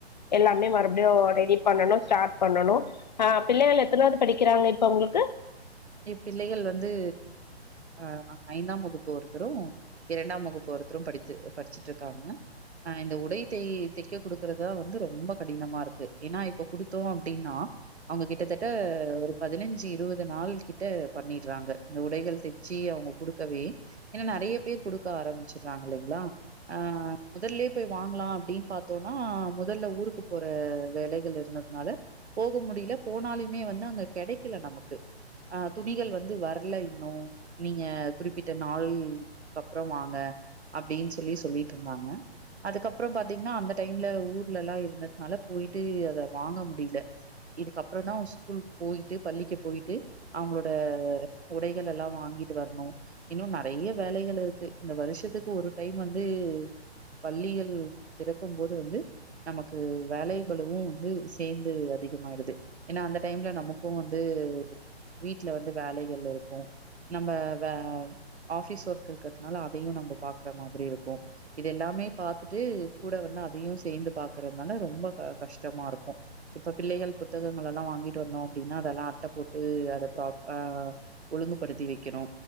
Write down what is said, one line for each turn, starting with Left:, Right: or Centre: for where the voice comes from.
Left: எல்லாமே மறுபடியு ரெடி பண்ணணு ஸ்டார்ட் பண்ணணு ஆ பிள்ளைகள் எத்தனாவது படிக்கிறாங்க இப்ப உங்களுக்கு
Right: எப் பிள்ளைகள் வந்து அ ஐந்தாம் வகுப்பு ஒருத்தரு இரண்டாம் வகுப்பு ஒருத்தரும் படிச்சு படிச்சுட்டு இருக்காங்க அ இந்த உடை தை தைக்க குடுக்கறதா வந்து ரொம்ப கடினமா இருக்கு ஏன்னா இப்ப குடுத்தோ அப்டின்னா அவுங்க கிட்டத்தட்ட ஒரு பதினஞ்சு இருவது நாள் கிட்ட பண்ணிடுறாங்க இந்த உடைகள் தைச்சு அவுங்க குடுக்கவே ஏன்னா நிறைய பேரு குடுக்க ஆரம்பிச்சுர்றாங்க இல்லைங்களா ஆ முதல்லயே போய் வாங்கலா அப்டின்னு பாத்தோன்னா முதல்ல ஊருக்கு போற வேலைகள் இருந்தது னால போக முடியல போனாலுமே வந்து அங்க கெடைக்கல நமக்கு ஆ துணிகள் வந்து வர்ல இன்னு நீங்க குறிப்பிட்ட நாள்க்கப்புற வாங்க அப்டின்னு சொல்லி சொல்லிட்டு இருந்தாங்க அதுக்கப்புற பாத்தீங்கன்னா அந்த டைம்ல ஊர்ல எல்லா இருந்ததுனால போயிட்டு அத வாங்க முடியல இதுக்கப்புற தான் அவ ஸ்கூல் போயிட்டு பள்ளிக்கு போயிட்டு அவுங்களோட உடைகலெல்லா வாங்கிட்டு வரணு இன்னு நறைய வேலைகள் இருக்கு இந்த வருஷத்துக்கு ஒரு டைம் வந்து பள்ளிகள் திறக்கும் போது வந்து நமக்கு வேலை பலுவு வந்து சேந்து அதிகமாயிடுது ஏனா அந்த டைம்ல நமக்கு வந்து வீட்ல வந்து வேலைகள் இருக்கு நம்ம வே ஆபிஸ் ஒர்க் இருக்கிறதுனால அதையும் நம்ம பாக்குற மாதிரி இருக்கும் இதெல்லாமே பாத்துட்டு கூட வந்தா அதையு சேந்து பாக்கறதுனால ரொம்ப க கஷ்டமா இருக்கு இப்ப பிள்ளைகள் புத்தகங்கள் எல்லா வாங்கிட்டு வந்தோ அப்டின்னா அதெல்லா அட்ட போட்டு அத பிராப் ஆ ஒழுங்குபடுத்தி வைக்கணு